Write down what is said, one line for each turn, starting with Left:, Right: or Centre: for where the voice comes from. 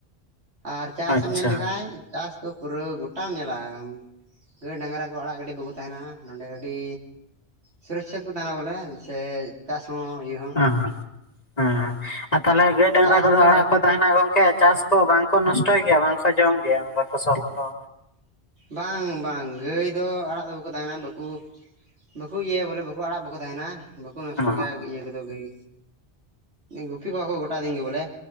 Right: ᱟᱨ ᱪᱟᱥ
Left: ᱟᱪᱪᱷᱟ
Right: ᱮᱢ ᱧᱮᱞ ᱞᱮᱠᱷᱟᱱ ᱪᱟᱥ ᱫᱚ ᱯᱩᱨᱟᱹ ᱜᱚᱴᱟᱢ ᱧᱮᱞᱟ ᱜᱟᱹᱭ-ᱰᱟᱝᱨᱟ ᱠᱚ ᱟᱲᱟᱜ ᱜᱟᱹᱰᱤ ᱵᱟᱠᱚ ᱛᱟᱦᱮᱱᱟ ᱱᱚᱰᱮ ᱟᱹᱰᱤ ᱥᱩᱨᱟ. ᱪᱷᱟ ᱠᱚ ᱛᱟᱦᱮᱱᱟ ᱵᱚᱞᱮ ᱥᱮ ᱪᱟᱥ ᱦᱚᱸ ᱤᱭᱟᱹ ᱦᱚᱸ
Left: ᱚᱦᱚᱸ-ᱚᱦᱚᱸ ᱟᱨ ᱛᱟᱦᱚᱞᱮ ᱜᱟᱹᱭᱼ ᱰᱟᱝᱨᱟ
Right: ᱪᱟᱥ
Left: ᱠᱚᱫᱚ
Right: ᱫᱚ
Left: ᱚᱲᱟᱜ ᱠᱚ ᱛᱟᱦᱮᱱᱟ ᱜᱚᱝᱠᱮ ᱪᱟᱥ ᱠᱚ ᱵᱟᱝ ᱠᱚ ᱱᱚᱥᱴᱚᱭ ᱜᱮᱭᱟ ᱵᱟᱝᱠᱚ ᱡᱚᱢ ᱜᱮᱭᱟ ᱚᱱᱟ ᱯᱷᱚᱥᱚᱞ ᱠᱚᱫᱚ
Right: ᱵᱟᱝ-ᱵᱟᱝ ᱜᱟᱹᱭ ᱫᱚ ᱟᱲᱟᱜ ᱫᱚ ᱵᱟᱠᱚ ᱛᱟᱦᱮᱱᱟ ᱵᱟᱠᱚ ᱵᱟᱠᱚ ᱤᱭᱟᱹᱭᱟ ᱵᱚᱞᱮ ᱵᱟᱠᱚ ᱟᱲᱟᱜ ᱵᱟᱠᱚ ᱛᱟᱦᱮᱱᱟ᱾ ᱵᱟᱠᱚ ᱱᱚᱥᱴᱚ
Left: ᱦᱮᱸ
Right: ᱠᱟᱭᱟ ᱤᱭᱟᱹ ᱠᱚᱫᱚ ᱜᱟᱹᱭ ᱜᱩᱯᱤ ᱠᱚᱣᱟ ᱠᱚ ᱜᱚᱴᱟ ᱫᱤᱱ ᱜᱮ ᱵᱚᱞᱮ